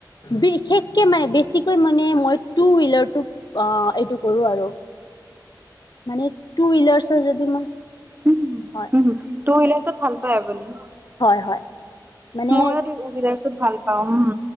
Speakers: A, on the left; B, on the right.
A: বিশেষকে মানে বেছিকৈ মানে মই টুুহিলাৰ- তোক অহ এইটো কৰো আৰু মানে টুহিলাৰ্চৰ যদি মই
B: উহু
A: হয়
B: হুম টুহিলাৰচত ভাল পায় আপুনি
A: হয় হয় মানে
B: মই টুহিলাচৰত ভাল পাওঁ হুম